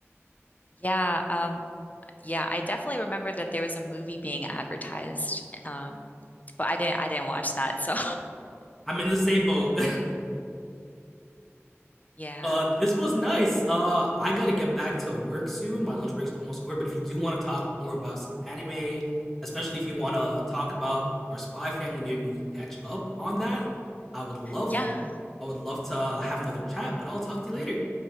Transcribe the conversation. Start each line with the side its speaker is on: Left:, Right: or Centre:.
Left: Yeah, um, yeah, I definitely remember that there was a movie being advertised. Um, but I didn't I didn't watch that, so
Centre: I'm in the same boat. <laughs>
Left: <laughs> yeah.
Centre: uh, this was nice. Uh, I gotta get back to work soon. My lunch break's almost over. But if you do want to talk more about some anime, especially if you want to talk about more Spy Family, maybe we can catch up on that. I would love,
Left: Yeah.
Centre: I would love to have another chat. But I'll talk to you later.